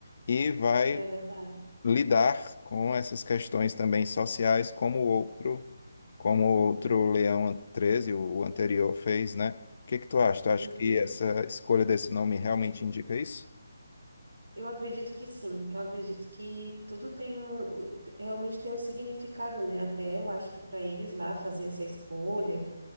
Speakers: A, on the left; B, on the right.
A: e vai
B: É verdade.
A: lidar com essas questões também sociais, como o outro, como o outro Leão Treze o o anterior, fez, né? O que que tu acha? Tu acha
B: Uhum.
A: que essa escolha desse nome realmente indica isso?
B: Eu acredito que sim. Eu acredito que tudo tem um, o- realmente tem um significado, né? Até eu acho que para eles lá fazer essa escolha.